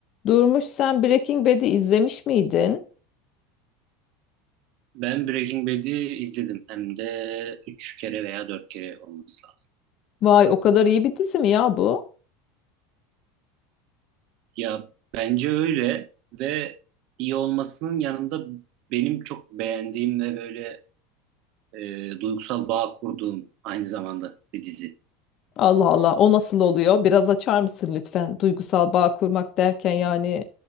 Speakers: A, on the left; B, on the right.
A: Durmuş sen Breaking Bad'i izlemiş miydin?
B: Ben Breaking Bad'i izledim. Hem de 3 kere veya 4 kere olması lazım.
A: Vay o kadar iyi bir dizi mi ya bu?
B: Ya bence öyle ve iyi olmasının yanında benim çok beğendiğim ve böyle e, duygusal bağ kurduğum aynı zamanda bir dizi.
A: Allah Allah o nasıl oluyor? Biraz açar mısın lütfen? Duygusal bağ kurmak derken yani